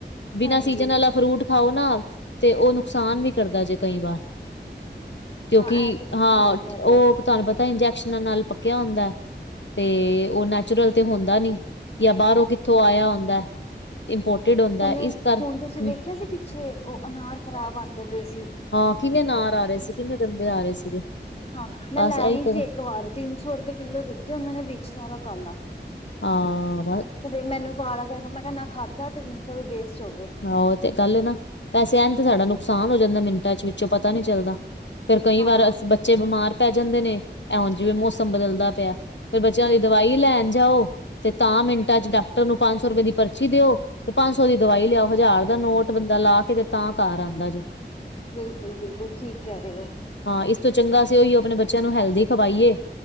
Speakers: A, on the left; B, on the left.
A: ਬਿਨਾਂ
B: ਹਾਂਜੀ
A: ਸੀਜਨ ਆਲਾ ਫਰੂਟ ਖਾਓ ਨਾ ਤੇ ਉਹ ਨੁਕਸਾਨ ਵੀ ਕਰਦਾ ਜੇ ਕਈ ਵਾਰ ਕਿਉਂਕਿ
B: ਹਾਂ ਇਹ ਤੇ ਤੁਸੀਂ
A: ਹਾਂ
B: ਸਹੀ ਕਹਿ ਰਹੇ
A: ਉਹ
B: ਹੋ।
A: ਤੁਹਾਨੂੰ ਪਤਾ ਇੰਜੈਕਸ਼ਨਾਂ ਨਾਲ ਪੱਕਿਆ ਹੁੰਦਾ ਤੇ ਉਹ ਨੈਚੁਰਲ ਤੇ ਹੁੰਦਾ ਨੀ ਕੀ ਬਾਹਰੋਂ ਕਿੱਥੋਂ ਆਇਆ ਹੁੰਦਾ ਇੰਪੋਰਟਡ ਹੁੰਦਾ
B: ਹੁਨੇ
A: ਇਸ ਕਰ
B: ਹੁਣ
A: ਹਮ
B: ਤੁਸੀਂ ਵੇਖਿਆ ਸੀ ਪਿੱਛੇ ਉਹ ਅਨਾਰ ਖ਼ਰਾਬ ਆਉਂਦੇ ਪਏ ਸੀ।
A: ਹਾਂ ਕਿਵੇਂ ਅਨਾਰ ਆ ਰਹੇ ਸੀ ਕਿੰਨੇ ਗੰਦੇ ਆ ਰਹੇ ਸੀਗੇ
B: ਹਾਂ ਮੈਂ
A: ਬਸ
B: ਲੈ
A: ਆਹੀ
B: ਆਈ
A: ਤੇ
B: ਸੀ ਇੱਕ ਵਾਰ ਤਿੰਨ ਸੌ ਰੁਪਏ ਕਿੱਲੋ ਦਿੱਤੇ ਉਹਨਾਂ ਨੇ ਵਿੱਚ ਸਾਰਾ ਕਾਲਾ
A: ਆਂ
B: ਤੇ ਫਿਰ ਮੈਨੂੰ ਕਾਲਾ ਕਰ ਮੈਂ ਕਹ ਖਾਧਾ ਤੇ ਤਿੰਨ ਸੌ ਵੇਸਟ ਹੋਗੇ
A: ਆਹੋ ਤੇ ਗੱਲ ਨਾ ਪੈਸੇ ਆਣ ਤੇ ਸਾਡਾ ਨੁਕਸਾਨ ਹੋ ਜਾਂਦਾ ਮਿੰਟਾਂ ਚ ਵਿੱਚੋਂ ਪਤਾ ਨੀ ਚੱਲਦਾ ਫਿਰ ਕਈ
B: ਹਾਂ
A: ਵਾਰ ਬੱਚੇ ਬਿਮਾਰ ਪੈ ਜਾਂਦੇ ਨੇ ਇੰਜ ਜਿਵੇਂ ਮੌਸਮ ਬਦਲਦਾ ਪਿਆ ਫਿਰ ਬੱਚਿਆਂ
B: ਬਿਲਕੁਲ,
A: ਦੀ ਦਵਾਈ ਲੈਣ ਜਾਓ ਤੇ ਤਾਂ ਮਿੰਟਾਂ ਚ ਡਾ ਡਾਕਟਰ ਨੂੰ ਪੰਜ ਸੌ ਰੁਪਏ ਦੀ ਪਰਚੀ ਦਿਓ ਤੇ ਪੰਜ ਸੌ ਦੀ ਦਵਾਈ ਲਿਆਓ ਹਜ਼ਾਰ ਦਾ ਨੋਟ ਬੰਦਾ ਲਾ ਕੇ ਤੇ ਤਾਂ ਘਰ ਆਉਂਦਾ ਜੇ
B: ਬਿਲਕੁਲ ਬਿਲਕੁਲ ਠੀਕ ਕਹਿ ਰਹੇ ਹੋ
A: ਹਾਂ ਇਸ ਤੋਂ ਚੰਗਾ ਅਸੀਂ ਉਹੀਓ ਆਪਣੇ ਬੱਚਿਆਂ ਨੂੰ ਹੈਲਦੀ ਖਵਾਈਏ